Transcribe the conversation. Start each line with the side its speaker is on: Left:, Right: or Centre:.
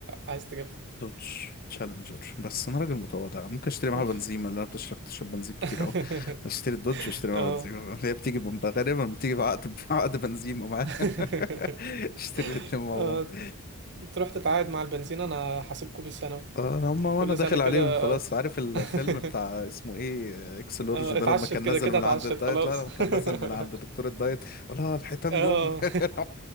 Right: عايز تجيبها
Left: دوج تشالنجر بس انا راجل متواضع ممكن اشتري معاها
Right: اوف
Left: بنزيمة اللي انا بتشرب تشرب بنزين كتير
Right: <laughs>
Left: قوي اشتري الدوج واشتري معاها
Right: اه
Left: بنزيمة هي بتيجي بم- غالبا بتيجي بعقد <laughs> بعقد بنزيمة معاها
Right: <laughs>
Left: <laughs> اشتري الاتنين مع
Right: اه
Left: بعض
Right: تروح تتعاقد مع البنزين انا هسيبكوا بالثانوي
Left: اه هما وانا
Right: كل
Left: داخل
Right: سنة كده
Left: عليهم خلاص عارف الفيلم
Right: <laughs>
Left: بتاع اسمه ايه آه، اكس لورج
Right: اه
Left: ده
Right: اتعشت
Left: لما كان
Right: كده
Left: نزل
Right: كده
Left: من
Right: اتعشت
Left: عند الدايت
Right: خلاص
Left: لا لما كان نزل
Right: <laughs>
Left: من عند دكتور الدايت ولا الحيتان
Right: اه
Left: جم <laughs>